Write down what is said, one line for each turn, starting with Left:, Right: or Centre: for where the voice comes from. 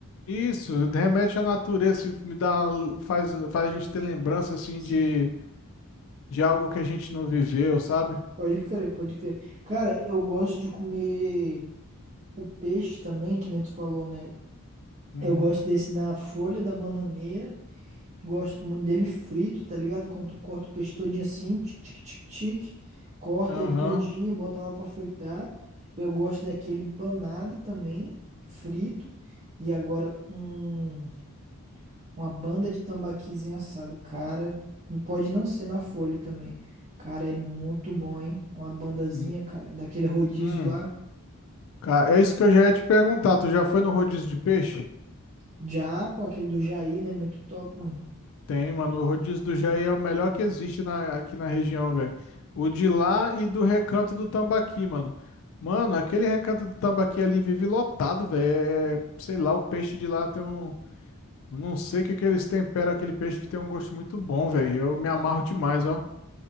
Left: Isso, remete à natureza, assim, me dá, faz, faz a gente ter lembrança assim
Right: Sim.
Left: de, de algo que a gente não viveu, sabe?
Right: Pode crer, pode crer. Cara, eu gosto de comer o peixe também, que nem tu falou, né?
Left: Uhum.
Right: Eu gosto desse na folha da bananeira. Gosto muito dele frito, tá ligado? Quando tu corta o peixe todinho assim, tic, tic, tic, tic, corta
Left: Aham.
Right: ele todinho, bota lá pra fritar. Eu gosto daquele empanado também, frito. E agora, um Uma banda de tambaquizinho assado, cara. Não pode não ser na Folha também. Cara, é muito bom, hein? Uma bandazinha,
Left: Hum,
Right: cara, daquele rodízio
Left: hum.
Right: lá.
Left: Cara, é isso que eu já ia te perguntar. Tu já foi no rodízio de peixe?
Right: Já, pô, aquele do Jair, né? Muito top, mano.
Left: Tem, mano. O rodízio do Jair é o melhor que existe na, aqui na região, velho. O de lá e do Recanto do Tambaqui, mano. Mano, aquele Recanto do Tambaqui ali vive lotado, velho. É, é, sei lá, o peixe de lá tem um Não sei o que que eles temperam aquele peixe que tem um gosto muito bom, velho. Eu me amarro demais, ó.